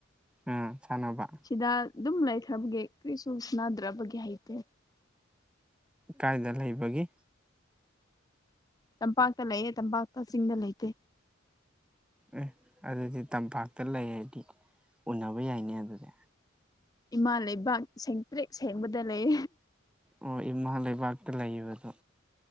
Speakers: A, in the centre; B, on the left (about 20°).
A: ꯎꯝ ꯁꯥꯟꯅꯕ
B: ꯁꯤꯗ ꯑꯗꯨꯝ ꯂꯩꯈ꯭ꯔꯕꯒꯦ ꯀꯔꯤꯁꯨ ꯁꯥꯟꯅꯗ꯭ꯔꯕꯒꯦ ꯍꯩꯇꯦ
A: ꯀꯥꯏꯗ ꯂꯩꯕꯒꯤ
B: ꯇꯝꯄꯥꯛꯇ ꯂꯩꯌꯦ ꯇꯝꯄꯥꯛꯇ ꯆꯤꯡꯗ ꯂꯩꯇꯦ
A: ꯑꯦ ꯑꯗꯨꯗꯤ ꯇꯝꯄꯥꯛꯇ ꯂꯩꯔꯗꯤ ꯎꯟꯅꯕ ꯌꯥꯏꯅꯦ ꯑꯗꯨꯗꯤ
B: ꯏꯃꯥ ꯂꯩꯕꯥꯛ ꯁꯦꯡꯇ꯭ꯔꯦꯤꯛ ꯁꯦꯡꯕꯗ ꯂꯩ
A: ꯑꯣ ꯏꯃꯥ ꯂꯩꯕꯥꯛꯇ ꯂꯩꯕꯗꯣ